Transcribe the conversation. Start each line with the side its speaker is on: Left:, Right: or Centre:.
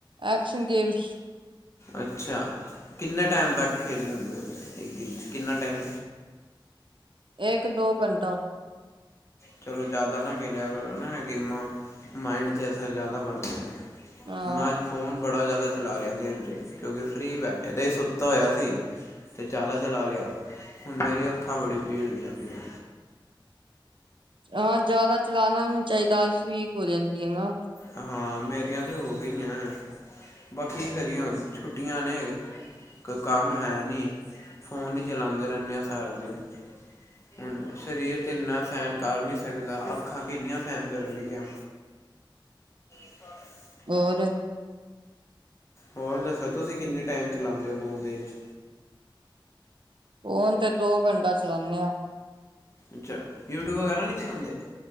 Right: Action games.
Left: ਅੱਛਾ, ਕਿੰਨੇ ਟੈਮ ਤੱਕ ਖੇਡ ਲੈਂਦੇ ਓ ਫਿਰ ਇਕ ਦਿਨ ਚ ਕਿੰਨਾ ਟਾਇਮ?
Right: ਇੱਕ-ਦੋ ਘੰਟਾ।
Left: ਚਲੋ ਜਾਦਾ ਨਾ ਖੇਲਿਆ ਕਰੋ ਨਾ ਏ ਗੇਮਾਂ, ਮਾਇਡ ਤੇ ਅਸਰ ਜਾਦਾ ਪਾਦੀਆ।
Right: ਹਾਂ
Left: ਮੈ ਜ ਫੋਨ ਬੜਾ ਜਾਦਾ ਚਲਾ ਲਿਆ ਦਿਨ ਚ ਕਿਉਂਕਿ ਫਰੀ ਬੈਠੇ <unintelligible> ਤੇ ਸੁੱਤੇ ਹੋਇਆ ਸੀ। ਤੇ ਜਾਦਾ ਚਲਾ ਲਿਆ ਹੁਣ ਮੇਰੀ ਅੱਖਾਂ ਬੜੀ ਭੀੜ ਦੀਆਂ ਪਈਆ।
Right: ਹਾਂ ਜਾਦਾ ਚਲਾਣਾ ਵੀ ਨੀ ਚਾਈਦਾ ਆਈਜ ਵੀਕ ਹੋ ਜਾਂਦੀ ਐ ਨਾ।
Left: ਹਾਂ, ਮੇਰੀਆਂ ਤਾਂ ਹੋ ਗਈਆਂ, ਬਾਕੀ <unintelligible> ਛੁੱਟ ਛੁੱਟੀਆਂ ਨੇ, ਕੋਈ ਕੰਮ ਹੈ ਨੀ, ਫੋਨ ਈ ਚਲਾਦੇ ਰਹਿੰਦੇ ਆ ਸਾਰਾ ਦਿਨ। ਹੁਣ ਸਰੀਰ ਤੇ ਐਨਾ ਸਹਿਣ ਕਰ ਨੀ ਸਕਦਾ, ਅੱਖਾਂ ਕਿੰਨੀਆ ਸਹਿਣ ਕਰਨਗੀਆਂ? <inaudible>
Right: ਹੋਰ?
Left: ਹੋਰ ਦੱਸੋ ਤੁਸੀਂ ਕਿੰਨੇ ਟਾਈਮ ਚਲਾਦੇ ਓ ਫੋਨ ਦਿਨ ਚ?
Right: ਹੁਣ ਤੇ ਦੋ ਘੰਟਾ ਚਲਾਣੇ ਆ।
Left: ਅੱਛਾ, ਯੂਟਿਊਬ ਵਗੈਰਾ ਨੀ ਚਲਾਦੇ?